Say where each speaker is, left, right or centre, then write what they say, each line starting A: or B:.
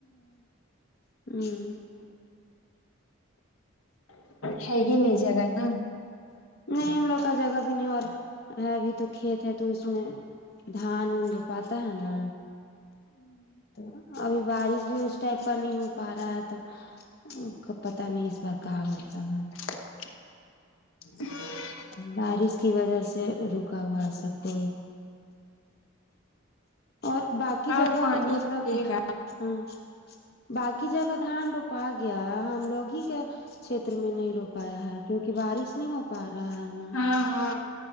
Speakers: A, on the left; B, on the left.
A: ہوں
B: ہےگ نہیں جگہ نا
A: نہیں ہم لوگ کا جگہ بھی نہیں اور ہے ابھی تو کھیت ہے تو اس میں دھان اون رپاتا ہے نا تو ابھی بارش بھی اس ٹائپ پر نہیں ہو پا رہا ہے تو کو پتا نہیں اس بار کہاں ہوتا ہے
B: <inaudible>
A: بارش کی وجہ سے رکا ہوا سب کوئی اور باقی جگہ
B: آپ پانی
A: مطلب
B: پیے گا
A: ہاں باقی جگہ دھان روپا گیا ہم لوگ ہی کیا چھیتر میں نہیں رو پایا ہے کیونکہ بارش نہیں ہو پا رہا ہے نا
B: ہاں ہاں